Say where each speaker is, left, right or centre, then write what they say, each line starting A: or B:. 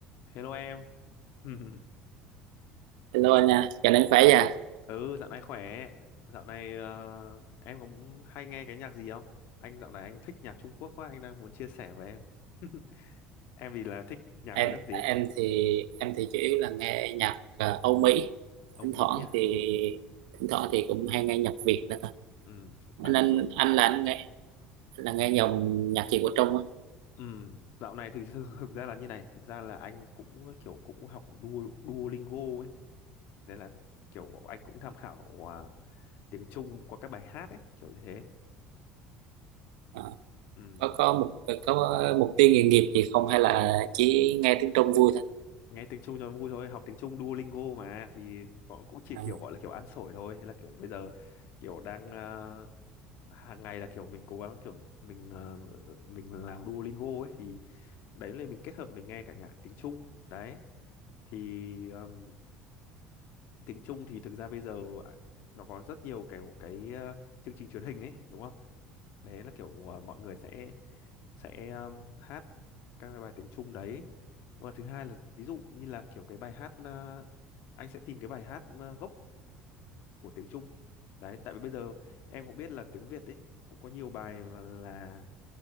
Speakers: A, on the left (about 65°); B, on the right (about 80°).
A: Hello em. <laughs>
B: Hello anh nha, chào anh khỏe nha.
A: Ừ, dạo này khỏe. Dạo này ờ, em có muốn- hay nghe cái nhạc gì không? Anh dạo này anh thích nhạc Trung Quốc quá, anh đang muốn chia sẻ với em. <laughs> Em thì là thích nhạc
B: Em
A: của nước gì?
B: em thì em thì chủ yếu là nghe nhạc ờ, Âu Mỹ.
A: Âu
B: Thỉnh thoảng
A: Mỹ à?
B: thì thỉnh thoảng thì cũng hay nghe nhạc Việt nữa thôi.
A: Ừ, tại
B: Anh anh
A: vì kiểu
B: anh là anh nghe là nghe dòng nhạc gì của Trung á?
A: ừ, dạo này thực sự thực ra là như này, thực ra là anh cũng kiểu cũng học Duo- Duolingo ấy, nên là kiểu anh cũng tham khảo à, tiếng Trung qua các bài hát ấy, kiểu như thế.
B: Ờ,
A: Ừ.
B: có có một có mục tiêu nghề nghiệp gì không hay là chỉ nghe tiếng Trung vui thôi?
A: nghe tiếng Trung cho vui thôi học tiếng Trung Duolingo mà thì họ cũng chỉ
B: À,
A: kiểu gọi là kiểu ăn sổi thôi thế là kiểu bây giờ kiểu đang ờ, hàng ngày là kiểu mình cố gắng kiểu mình ờ, mình làm Duolingo ấy thì đấy là mình kết hợp mình nghe cả nhạc tiếng Trung đấy thì ừm, tiếng Trung thì thực ra bây giờ à, nó có rất nhiều kiểu cái ờ, chương trình truyền hình ấy đúng không đấy là kiểu ờ, mọi người sẽ sẽ um, hát các cái bài tiếng Trung đấy và thứ hai là ví dụ như là kiểu cái bài hát ờ, anh sẽ tìm cái bài hát ờ, gốc của tiếng Trung đấy tại vì bây giờ em cũng biết là tiếng Việt ấy cũng có nhiều bài mà là